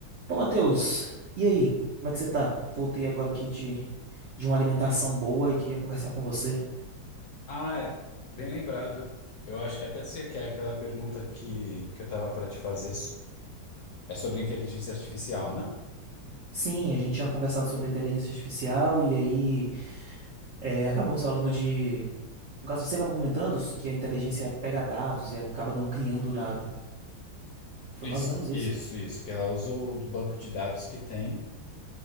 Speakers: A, on the right; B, on the left.
A: Pô, Matheus, e aí? Como é que você tá? Voltei agora aqui de, de uma alimentação boa e queria conversar com você.
B: Ah, é, bem lembrado. Eu acho que até sei o que é aquela pergunta que, que eu tava para te fazer. É sobre inteligência artificial, né?
A: Sim, a gente tinha conversado sobre inteligência artificial e aí é, acabamos falando de. No caso, você acabou comentando que a inteligência pega dados e acaba não criando nada. Foi
B: Isso,
A: mais ou menos isso.
B: isso, isso. Que ela usou o banco de dados que tem